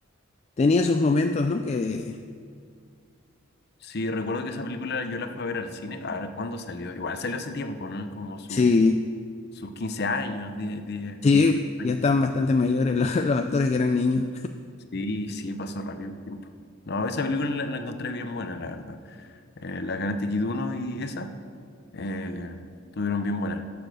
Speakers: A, on the left; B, on the left.
A: tenía sus momentos, ¿no? Que
B: Sí, recuerdo que esa película yo la fui a ver al cine. A ver, ¿cuándo salió? Igual salió hace tiempo, ¿no? Como su-
A: sí,
B: sus 15 años, diez diez
A: sí,
B: 10 años.
A: ya están bastante mayores los, <laughs> los actores que eran niños.
B: Sí, sí, pasó rápido el tiempo. No, esa película la, la encontré bien buena, la verdad. Eh, la Karate Kid uno y esa. Eh, estuvieron bien buenas.